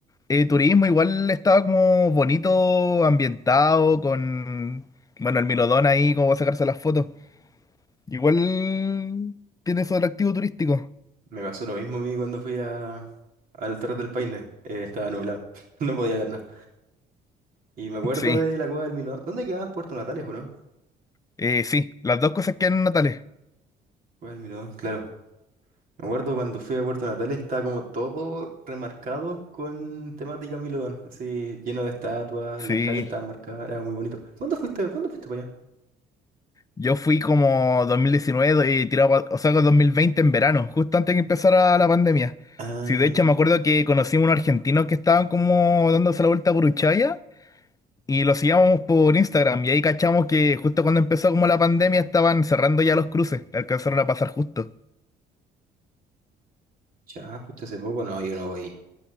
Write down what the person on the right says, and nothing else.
Me pasó lo mismo a mí cuando fui a, al Torres del Paine. Eh, estaba nublado, <laughs> no podía ver nada. Y me acuerdo
de la cueva del Milodón. ¿Dónde quedaba? Puerto Natales, ¿o no?
Cueva del Milodón, claro. Me acuerdo cuando fui a Puerto Natales, estaba como todo remarcado con temática Milodón. Así, lleno de estatuas,
las calles estaban marcadas, era muy bonito. ¿Cuándo fuiste, cuándo fuiste para allá?
Ah,
ya, fuiste hace poco. No, yo no voy.